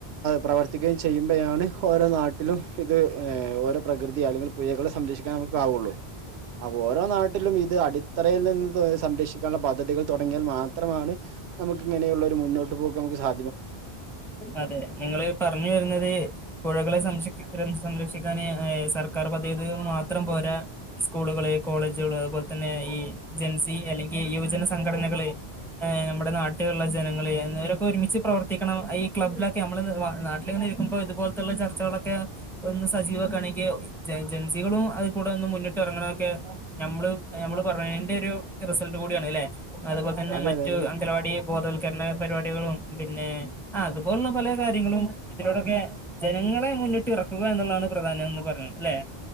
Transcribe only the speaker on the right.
പ്രവർത്തിക്കുകയും ചെയ്യുമ്പോഴാണ് ഓരോ നാട്ടിലും ഇത് ഓരോ പ്രകൃതി അല്ലെങ്കിൽ പു സംരക്ഷിക്കാൻ നമുക്ക ആാവുള്ളു അപ്പൊ ഓരോ നാട്ടിലും ഇത് അടി ഇത്രയിൽ നിന്ന് സംരക്ഷിക്കാനുള്ള പദ്ധതികൾ തുടങ്ങിയാൽ മാത്രമാണ് നമുക്ക് ഇങ്ങനെയുള്ള ഒരു മുന്നോട്ട് പോകമക്ക് സാ
അതെ
അതെ ഇപ്-